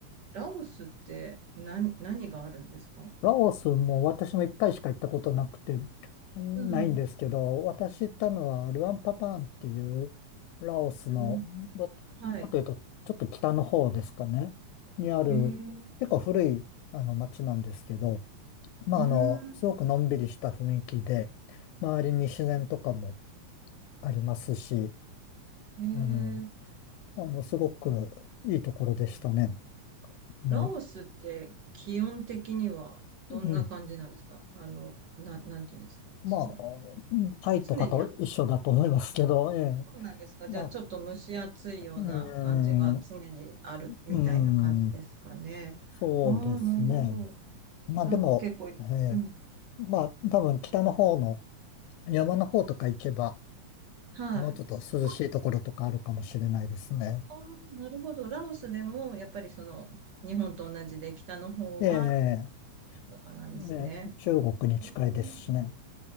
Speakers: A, on the right; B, on the left.
A: ラオスって何、何があるんですか
B: ラオスも私も一回しか行ったことなくて、ないんですけど、
A: うん。
B: 私行ったのはルアンパパーンっていうラオスの、
A: ルアンパタン。
B: ど、
A: はい。
B: なんというと、ちょっと北の方ですかね、にある結構古いあの町なんですけど、
A: へえ。
B: まああの、
A: うー
B: すごくのんびりした雰囲気で、
A: ん。
B: 周りに自然とかもありますし、
A: へえ。
B: あの、あの、すごくいいところでしたね。もう、
A: ラオスって気温的にはどんな感じなんですかあの、
B: うん。
A: な、なんていうんですかね。
B: まあ、
A: その、
B: あのうんタイとかと一緒だと思いますけど、
A: 常にあ、
B: ええ。
A: そうなんですか。
B: まあ、
A: じゃあ、ちょっと蒸し暑いような感じが常にあるみたいな感じですかね。
B: うーん、うーん、そうですね。
A: ああ、なるほど。
B: まあでも、
A: なんか結構、
B: えー
A: うん。
B: まあ多分北の方の山の方とか行けば、
A: はい。
B: もうちょっと涼しいところとかあるかもしれないですね。
A: まあ、あなるほど。ラオスでも、やっぱりその、日本と同じで北の方は、
B: えええ
A: とかなんですね。
B: ー中国に近いですしね。
A: うん